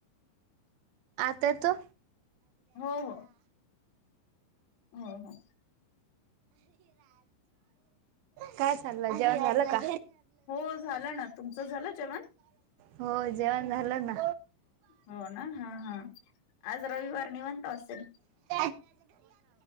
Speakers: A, on the right; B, on the left.
A: आता येतो.
B: हो हो हो हो.
A: काय चाललं जेवण झालं का.
B: हो झालं ना तुमचं झालं जेवण
A: हो जेवण झालं ना.
B: हो ना हा हा आज रविवार निवंत असेल.
A: <unintelligible>